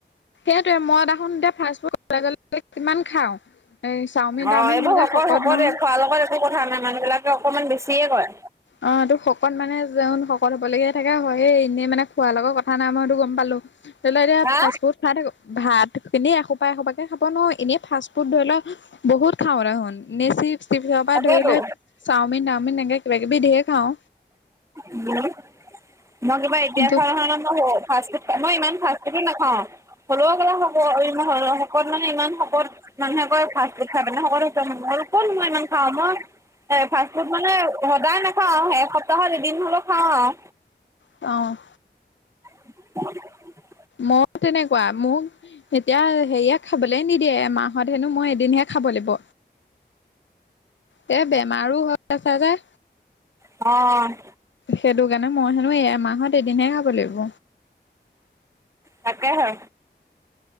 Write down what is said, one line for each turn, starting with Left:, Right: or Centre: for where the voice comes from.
Left: সেইটোৱে মই দেখোন এতিয়া ফাষ্ট ফুড কলেজলে গলে কিমান খাওঁ। চাওমিন
Right: অ
Left: তাওমিন
Right: এইবোৰ
Left: মই যে
Right: শকত শকতেই,
Left: নহয়।
Right: খোৱাৰ লগত একো কথা নাই মানুহ বিলাকে অকমান বেছিয়ে কয়।
Left: অ এইটো শকত মানে যন শকত হবলগীয়া থাকে হয়েই এনেই মানে খোৱাৰ লগৰ কথা নাই, মই সেইটো গম পালো। তেনেহ'লে এতিয়া
Right: হা
Left: ফাষ্ট ফুড খাই থাকো। ভাত এনে এসোপা এসোপাকে খাব নোৱাৰো, এনে ফাষ্ট ফুড ধৰি লওক বহুত খাওঁ দেখুন। এ চিপ চিপচৰ পৰা
Right: তাকেতো
Left: ধৰি লৈ চাওমিন-ঠাওমিন এনেকে কিবা কিবি ঢেৰ খাওঁ।
Right: উম' মই কিবা এতিয়া
Left: কিন্তু
Right: খোৱা নহয় ন। ফাষ্ট ফুড, মই ইমান ফাষ্ট ফুডো নাখাওঁ। হ'ল কিবা হ'ব শকত মানে ইমান শকত মানুহে কয় ফাষ্ট ফুড খায় পিনে শকত হৈছ, মইনো ক'ত মই ইমান খাওঁ মই এ ফাষ্ট ফুড মানে সদায় নাখাওঁ, এসপ্তাহত এদিন হ'লেও খাওঁ আৰু।
Left: অ'
Right: <unintelligible>
Left: মই তেনেকুৱা মোক এতিয়া হেৰিয়ে খাবলে নিদিয়ে, মাহত হেনো মই এদিনহে খাব লাগিব। তে বেমাৰো হৈ আছা যে।
Right: অ'
Left: সেইটো কাৰণে মই হেনো এমাহত এদিনহে খাব লাগিব।
Right: তাকেহে